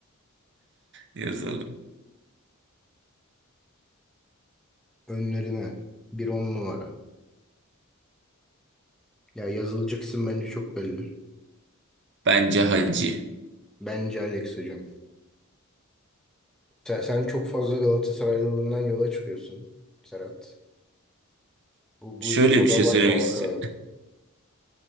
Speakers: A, on the right (about 55°); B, in the centre.
A: yazalım.
B: <laughs> Önlerine. Bir on numara. Ya yazılacak isim bence çok belli.
A: Bence Hacı.
B: Bence Alex hocam. Sen, sen çok fazla Galatasaraylılığından yola çıkıyorsun Serhat. Bu, bu
A: Şöyle
B: işi çok
A: bir şey
B: abartmamak
A: söylemek istiyorum.
B: lazım.
A: <laughs>